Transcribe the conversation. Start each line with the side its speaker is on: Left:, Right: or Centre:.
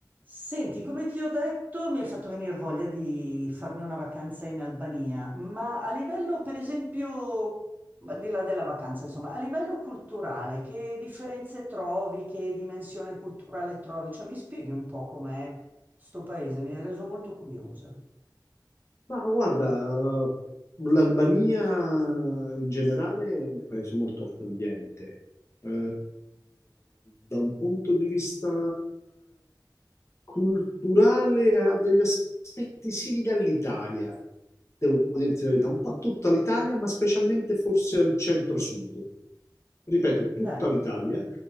Right: Senti, come ti ho detto, mi hai fatto venire voglia di farmi una vacanza in Albania, ma a livello, per esempio, al di là della vacanza, insomma, a livello culturale, che differenze trovi, che dimensione culturale trovi? Cioè, mi spieghi un po' com'è sto paese, mi hai reso molto curiosa.
Left: Ma guarda, l'Albania in generale è un paese molto accogliente, Eh, da un punto di vista culturale ha degli aspetti simili all'Italia, devo dirti la verità, un po' a tutta l'Italia, ma specialmente forse al centro-sud. Ripeto, tutta
Right: Dai,
Left: l'Italia,